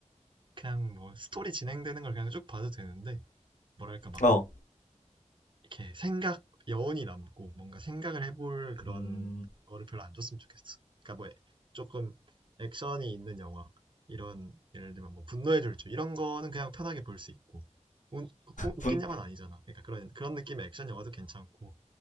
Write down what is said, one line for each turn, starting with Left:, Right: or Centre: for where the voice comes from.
Right: 그냥 뭐, 스토리 진행되는 걸 그냥 쭉 봐도 되는데, 뭐랄까, 막,
Left: 어.
Right: 이렇게 생각, 여운이 남고, 뭔가 생각을 해볼 그런
Left: 음,
Right: 거를 별로 안 줬으면 좋겠어. 그러니까 뭐, 조금 액션이 있는 영화, 이런, 예를 들면 뭐, 분노의 질주, 이런 거는 그냥 편하게 볼 수 있고, 웃, 웃긴
Left: 분,
Right: 영화는 아니잖아. 그러니까 그런, 그런 느낌의 액션 영화도 괜찮고,